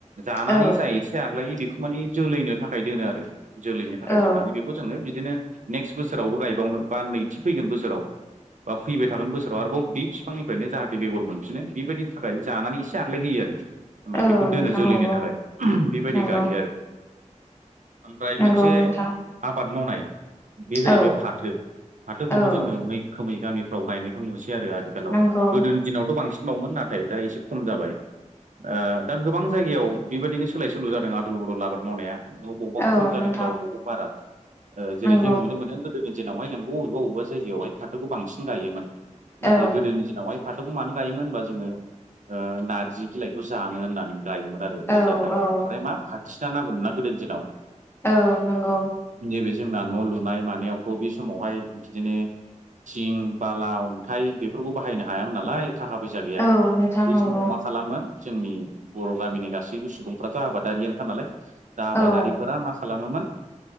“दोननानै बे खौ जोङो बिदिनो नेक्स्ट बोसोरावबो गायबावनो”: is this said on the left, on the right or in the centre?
Right